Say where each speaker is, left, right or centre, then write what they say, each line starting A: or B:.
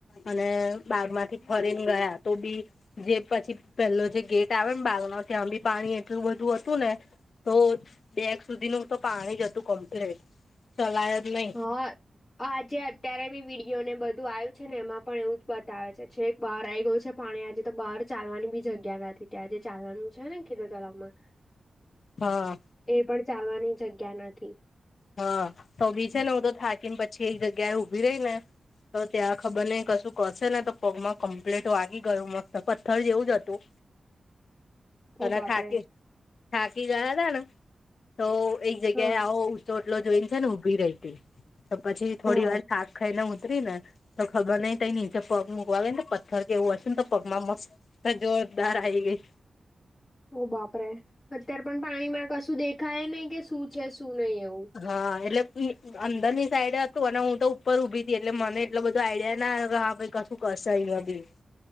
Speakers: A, on the left; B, on the left.
A: અને બાગ માંથી ફરીને ગયા તો બી જે પછી પેલો જે ગેટ આવે ને બાગના ત્યા બી પાણી એટલું બધું હતું ને. તો બેગ સુધીનું તો પાણી જ હતું કમ્પ્લેટ ચલાય જ નઈ
B: હા આજે અત્યારે બી વિડીયોને બધું આવ્યું છે ને એમાં પણ એવું જ બતાવે છે છે. બહાર આવી ગયું છે પાણી આજે તો બહાર ચાલવાની બી જગ્યા નથી ત્યાં આજે ચાલવાનું છે ને ખેતતોળમાં <inaudible>
A: હા.
B: એ પણ ચાલવાની જગ્યા નથી.
A: હા તો બી છેને હું તો થાકી ને પછી એક જગ્યાએ ઊભી રહી ને. તો ત્યાં ખબર નહ કશું કરશે ને તો પગમાં કમ્પ્લીટ વાગી ગયું મસ્ત પથ્થર જેવું જ હતું.
B: <inaudible>
A: અને
B: બાપરે
A: થાકી થાકી ગયા તા ને તો એક જગ્યાએ
B: હા
A: આવો ચોટલો જોઈને છે ને ઊભી રેયતી તો પછી થોડી
B: હા
A: વાર થાક ખાઈને ઊતરીને તો ખબર નઈ તય નીચે પગ મૂકવા આવે ને પથ્થર કે એવો હશેને તો પગમાં મસ્ત જોરદાર આયી ગઈ
B: ઓ બાપરે અત્યાર પણ પાણીમાં કશું દેખાય નઈ કે શું છે શું નઈ એવું
A: હા એટલે <unintelligible> અંદરની સાઈડે હતું અને હું તો ઉપર ઊભી હતી એટલે મને એટલો બધો આઈડિયા ના આયો કે હા ભાઈ ક હું કશાયવા બી